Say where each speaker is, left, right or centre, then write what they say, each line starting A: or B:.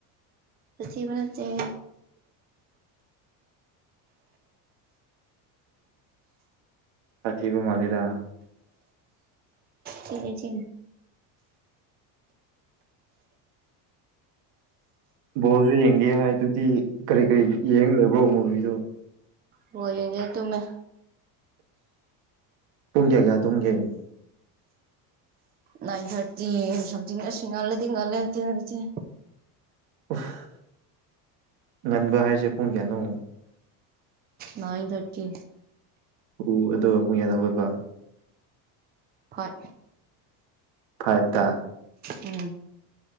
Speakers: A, on the right; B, on the right.
A: ꯆꯁꯤꯕꯅ ꯆꯦ
B: ꯆ ꯆꯤꯕ ꯃꯥꯂꯗ
A: ꯊꯆꯅꯦ
B: ꯕꯣꯁꯨ ꯌꯦꯡꯒꯦ ꯍꯥꯏꯗꯨꯗꯤ ꯀꯔꯤ ꯀꯔꯤ ꯌꯦꯡ ꯂꯩꯕꯣ ꯃꯨꯚꯗꯨꯣ
A: ꯍ ꯌꯦꯡꯒꯦ ꯇꯨꯃ
B: ꯇꯨꯡ ꯀꯌꯥ ꯀꯌꯥ ꯇꯨꯡꯒꯦ
A: ꯟ ꯊꯥꯔꯇꯤꯊ ꯁꯂꯗꯤ ꯉꯦꯔꯤ
B: ꯎꯐ ꯉꯟꯕ ꯍꯥꯏꯁꯦ ꯄꯨꯡ ꯀꯌꯥꯅꯣ
A: ꯅꯥꯏꯟ ꯊꯥꯔꯇꯤ
B: ꯎ ꯑꯗꯨꯒ ꯄꯨꯡꯌꯥꯗ ꯍꯧꯒꯠꯄ
A: ꯍꯣꯏ
B: ꯐꯥꯏꯗ
A: ꯎꯝ